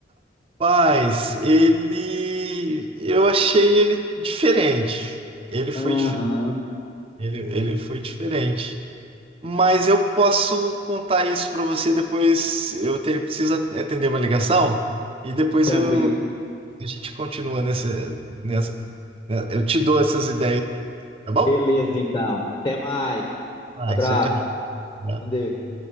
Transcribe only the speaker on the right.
Mas ele. Eu achei ele diferente. Ele foi,
dif- ele, ele foi diferente. Mas eu posso contar isso para você depois. Eu, te- eu preciso atender uma ligação e depois
eu, a gente continua nessa, nessa. né, Eu te dou essas ideias, tá bom?
Ah,
tchau, tchau.